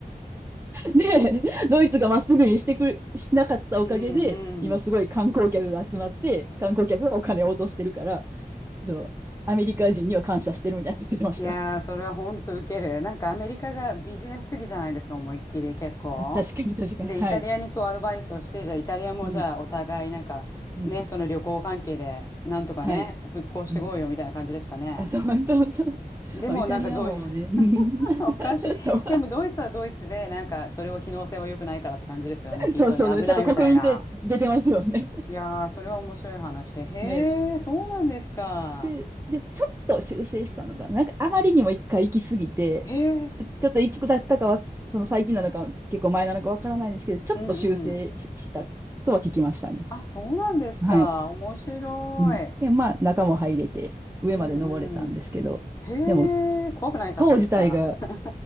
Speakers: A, on the right; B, on the left.
A: で、ドイツがまっすぐにしてくれ、しなかったおかげで、
B: うんうん。
A: 今すごい観光客が集まって、観光客がお金を落としてるから、そうアメリカ人には感謝してるみたいなこと言ってました。
B: いやー、それは本当ウケる。なんかアメリカがビジネス主義じゃないですか、思いっきり結構。
A: あ、確かに確かに。
B: で、
A: はい。
B: イタリアにそうアドバイスをして、じゃあイタリアもじゃあお互いなんかね、
A: うん。うん。
B: その旅行関係でなんとかね、
A: はい。
B: 復興してこうよみたいな感じですかね。
A: うん。あ、そうそうそう。
B: でもなんかドイ
A: まあ、イタリアもね。うん
B: <laughs> おかしい。
A: <laughs> そう。
B: でもドイツはドイツで、なんかそれは機能性は良くないからって感じですよね。
A: <laughs>
B: きっとね、
A: そうそうね。
B: 危ないみたいな。
A: ちょっと国民性出てますよね。
B: いやー、それは面白い話。
A: <laughs>
B: へえ、
A: ね。
B: そうなんですか。
A: で、で、ちょっと修正したのかな。なんかあまりにも一回行き過ぎて、
B: へえ、
A: ちょちょっといつだったかは、その最近なのか、結構前なのかわからないんですけど、ちょっと修正ししたとは聞きましたね。
B: うんうん。あ、そうなんですか。
A: はい。
B: 面白い。
A: うん。で、まあ、中も入れて、上まで登れたんですけど、
B: うんうん。へえ、
A: でも、
B: 怖くないかったですか。
A: 塔自体が、
B: <laughs>